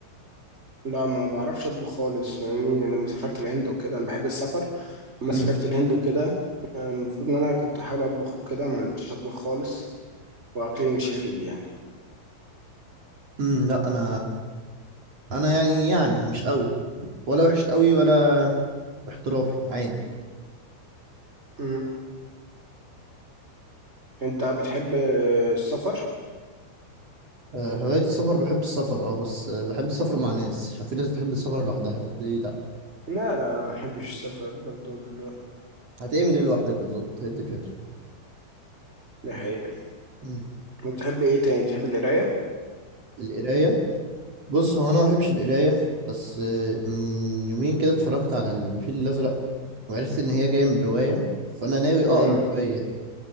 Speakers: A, on the right (about 15°); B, on the right (about 35°).
A: لا ما بعرفش اطبخ خالص فاهمني لما سافرت الهند وكده انا بحب السفر لما
B: امم
A: سافرت الهند وكده آه، المفروض ان انا كنت احاول اطبخ وكده ما عرفتش اطبخ خالص واكلي مش حلو يعني
B: امم لا انا انا يعني يعني مش قوي ولا وحش قوي ولا احترافي عادي
A: مم. انت بتحب آه، السفر
B: آه، هواية السفر بحب السفر اه بس آه، بحب السفر مع ناس عشان في ناس بتحب السفر لوحدها دي لا
A: لا لا ما بحبش السفر برضو <clears throat> ال-
B: هتعمل ايه لوحدك بالظبط هي دي الفكرة
A: دي حقيقة
B: مم.
A: وبتحب ايه تاني بتحب القراية
B: القراية بص هو انا ما بحبش القراية بس آه، من يومين كده اتفرجت على الفيل الأزرق وعرفت ان هي جاية من رواية فانا ناوي اقرا
A: مم.
B: الرواية دي